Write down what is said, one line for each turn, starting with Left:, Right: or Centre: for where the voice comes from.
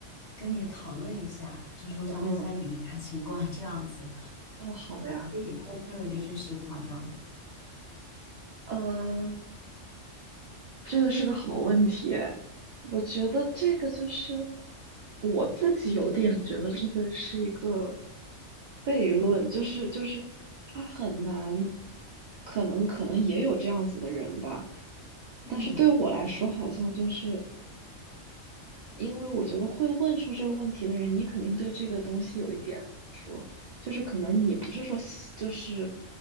Left: 跟你讨论一下，就是我想问一下你的感情观这样子，
Right: 嗯，哦，好呀，
Left: 可以 open relationship 吗？这样的，
Right: 呃，这个是个好问题诶我觉得这个就是我自己有点觉得这个是一个悖论，就是就是他很难，可能可能也有这样子的人吧，
Left: 嗯，
Right: 但是对我来说好像就是。因为我觉得会问出这个问题的人，你肯定对这个东西有一点怎么说，就是可能你不是说喜，就是